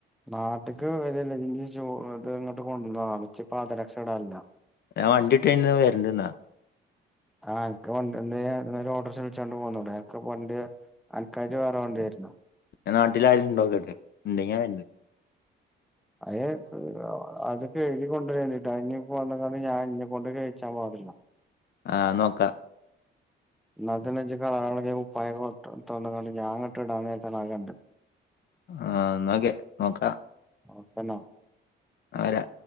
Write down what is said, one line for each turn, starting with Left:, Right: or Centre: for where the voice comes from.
Centre: നാട്ടക്ക് വരു ഇല്ലെങ്കി ഷൂ ഇത് ഇങ്ങോട്ട് കൊണ്ടുവ <unintelligible> പാതരക്ഷ ഇടാറില്ല.
Left: ഞാൻ വണ്ടിട്ട്ന്ന് വരണ്ടിന്നാ
Centre: ആ എനിക്ക് വണ്ടിണ്ടേ അവിടുന്നൊരു ഓട്ടോറിക്ഷ വിളിച്ചോണ്ട് പോന്നുടെ എനിക്ക് വണ്ടിയേ ആൻകായിട്ട് വേറെ വണ്ടിയാരുന്നോ.
Left: ഞാൻ നാട്ടിലാരു ഇണ്ടാവുല്ലല്ലോ ഇണ്ടങ്ങനണ്ട്.
Centre: അതെ ക്ക് അ അത്ക്കെ എഴുതി കൊണ്ടരേണ്ടിട്ടാഞ് വന്നണ്ട് ഞാൻ ഇനി കൊണ്ട് കഴിച്ചാൻ പാടില്ല.
Left: ആ നോക്കാ
Centre: ഇന്നാൾ തന്നെ ഇജി <unintelligible> കുപ്പായം <unintelligible> ഇവിടെ ഇട്ടാണ്ട് ഞാൻ ന്നിട്ട് ഇടനേരത്തെ ഞാൻ കണ്ടേ
Left: ആ ന്നോക്കെ നോക്കാ
Centre: നോക്കണോ
Left: ആരാ